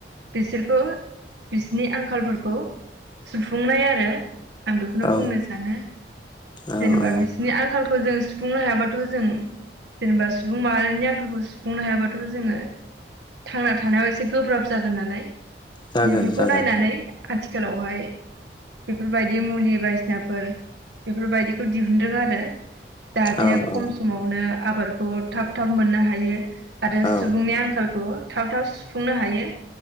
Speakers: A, on the right; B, on the left.
A: बिसोरखौ बिसिनि आंखालफोरखौ सुफुंनाय आरो आं बेखौनो
B: औ
A: बुंनो सानो
B: औ
A: जेनेबा
B: औ
A: बिसिनि आंखालखौ खौ जों सुफुंनो हायाबाथ' जों जेनेबा सुबुं मा बेनि आंखालखौ सुफुंनो हायाबाथ' जोङो थांना थानायाव एसे गोब्राब जागोन नालाय।
B: जागोन
A: बेफोरखौ
B: जागोन
A: नायनानै आथि खालावहाय बेफोरबायदि मुलि बायदिसिनाफोर बेफोरबायदिखौ दिहुनन्दों आरो जाहाथे
B: औ
A: खम
B: औ
A: समावनो आबादखौ थाब थाब मोननो हायो। आरो
B: औ
A: सुबुंनि आंखालखौ थाब थाब सुफुंनो हायो।